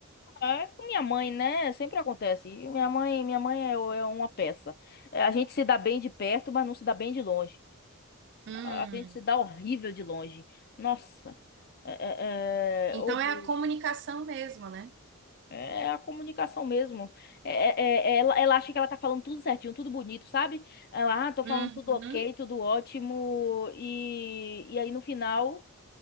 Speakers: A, on the left (about 45°); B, on the right (about 50°).
A: É, com minha mãe, né? Sempre acontece. E Minha mãe, minha mãe é, é uma peça. É, a gente se dá bem de perto, mas não se dá bem de longe.
B: Hum.
A: A a gente se dá horrível de longe. Nossa. É, é,
B: Então
A: é, horror.
B: é a comunicação mesmo, né?
A: É é a comunicação mesmo. É, é, é, ela, ela acha que ela tá falando tudo certinho, tudo bonito, sabe? Ela, ah, tô falando
B: Uhum.
A: tudo ok, tudo ótimo. E, e aí no final.